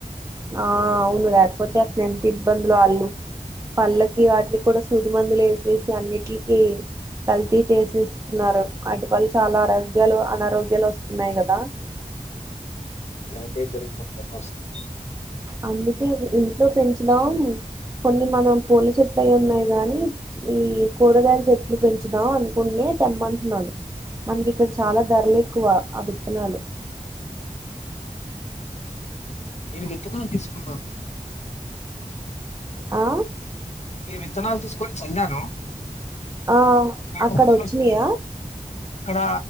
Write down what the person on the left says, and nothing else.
ఇలాంటివే జరుగుతుంది వాస్తవం
నేను విత్తనాలు తీస్కున్నాను
నేను విత్తనాలు తీసుకొని చల్లాను
కాకపోతే
మరి ఇక్కడ